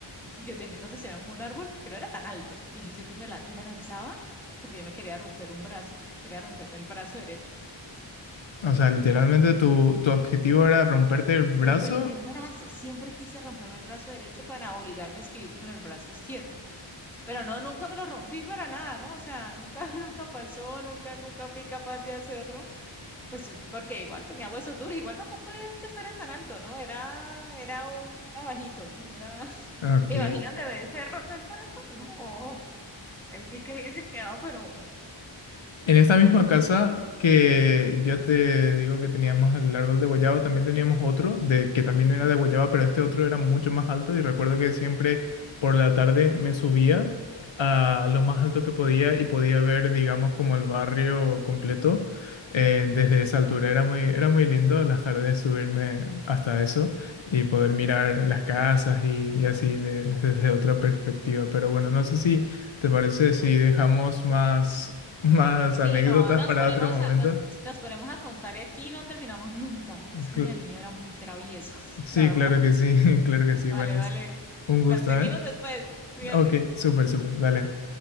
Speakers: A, in the centre; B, on the left.
A: yo tenía, nosotros teníamos un árbol que no era tan alto, y yo siempre me, la, yo me lanzaba porque yo me quería romper un brazo, quería romperme el brazo derecho,
B: o sea, literalmente tu, tu objetivo era romperte el brazo.
A: Romperme el brazo. Siempre quise romperme el brazo derecho para obligarme a escribir con el brazo izquierdo. Pero no, nunca me lo rompí para nada, ¿no? O sea, nunca, <laughs> nunca pasó, nunca, nunca fui capaz de hacerlo. Pues eh, porque igual tenía huesos duros, igual tampoco era que fuera tan alto, ¿no? Era, era un era bajito, era... <laughs>
B: Ok.
A: ¿Me imaginan de haberse roto el brazo? No. Ahí sí que hubiese quedado, pero,
B: En esta
A: pero,
B: misma casa que yo te digo que teníamos el árbol de guayaba, también teníamos otro de que también era
A: pues,
B: de guayaba, pero este otro era mucho más alto y recuerdo que siempre por la tarde me subía a lo más alto que podía y podía ver, digamos, como el barrio completo eh, desde esa altura. Era muy, era muy lindo las tardes subirme hasta eso y poder mirar las casas y, y así de- desde otra perspectiva. Pero bueno, no sé si... ¿Te parece si
A: ay,
B: dejamos
A: qué
B: más más
A: Sí,
B: anécdotas
A: no, nos
B: para
A: ponemos
B: otro momento.
A: a, nos, nos ponemos a contar aquí y no terminamos nunca, porque es
B: Cl-
A: que uno de niño era muy travieso, <laughs>
B: sí,
A: la verdad.
B: claro que sí, <laughs> claro que sí.
A: Vale,
B: Bueno, es
A: vale.
B: un gusto,
A: La seguimos
B: ¿eh?
A: después. Cuídate.
B: Ok, súper, súper. Dale.